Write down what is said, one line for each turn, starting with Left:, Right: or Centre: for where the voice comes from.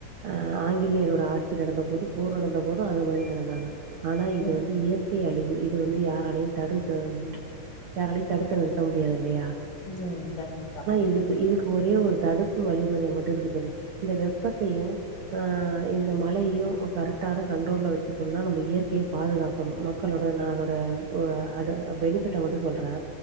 Right: ஆ ஆங்கிலேயரோட ஆட்சி நடந்த போது போர் நடந்த போது அது மாறி நடந்தாங்க ஆனா இது
Left: ம்
Right: வந்து இயற் கை அழிவு இது வந்து யாராலையு தடுக்க யாராலையு தடுத்து நிறுத்த முடியாது இல்லயா
Left: ம் கண்டிப்
Right: இதுக் இதுக்கு ஒரே ஒரு தடுப்பு வழிமுறை மட்டு இருக்கு தோழி இந்த வெப்பத்தையும்
Left: ம்
Right: ஆ இந்த மழையு கரெக்டான கண்ட்ரோல்ல வச்சுக்கணுனா நம்ம இயற்கைய பாதுகாக்கணு க்களோட நா அதோட வ் அத பெனிபிட்ட மட்டூ சொல்றே